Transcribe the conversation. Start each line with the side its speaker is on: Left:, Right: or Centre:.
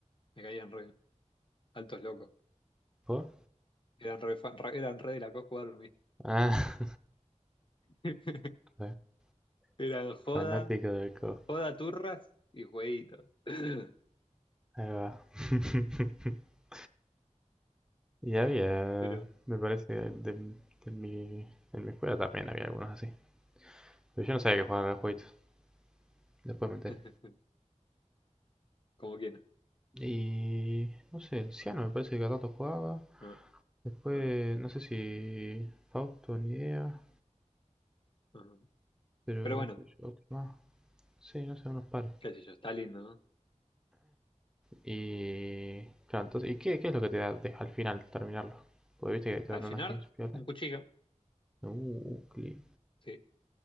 Left: Me caían re, altos locos.
Centre: ¿Por?
Left: Eran re, fan- re- eran re de la co jugar
Centre: Ah,
Left: <laughs>
Centre: <laughs>
Left: Eran joda,
Centre: fanático de Coscu.
Left: joda turras y jueguitos. <laughs>
Centre: Ahí va. <laughs> Y había,
Left: Pero,
Centre: me parece, de, de mi, en mi escuela también había algunos así. Pero yo no sabía que jugaban a los jueguitos, después me enteré.
Left: <laughs> como quieran.
Centre: Y no sé, el Ciano me parece que a tanto jugaba.
Left: Ajá,
Centre: Después,
Left: ajá,
Centre: no sé si Fausto ni idea,
Left: ajá.
Centre: pero
Left: Pero bueno,
Centre: yo, otro más. Sí, no sé, unos pares.
Left: qué sé yo, está lindo, ¿no?
Centre: Y claro, entonces, ¿y qué, qué es lo que te da te- al final terminarlo? Porque viste que te
Left: Al
Centre: van dando
Left: final,
Centre: aquí en su piola.
Left: un cuchillo.
Centre: Uh, cli-
Left: Sí,